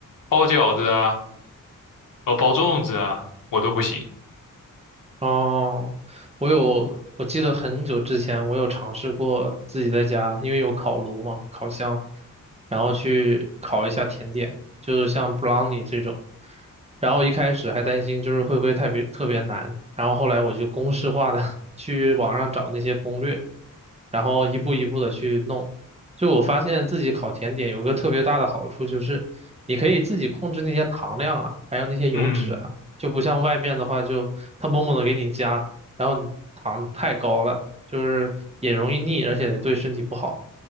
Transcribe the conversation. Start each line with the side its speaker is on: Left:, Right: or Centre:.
Left: 包饺子啊，我包粽子啊，我都不行。
Right: 哦，我有，我记得很久之前我有尝试过自己在家，因为有烤炉嘛，烤箱，然后去烤一下甜点，就是像 brownie 这种。然后一开始还担心就是会不会特别特别难，然后后来我就公式化的 <laughs> 去网上找那些攻略，然后一步一步的去弄。就我发现自己烤甜点有个特别大的好处就是，你可以自己控制那些糖量啊，还有那些油脂啊。
Left: 嗯，
Right: 就不像外面的话就，他猛猛的给你加，然后你糖太高了，就是也容易腻，而且也对身体不好。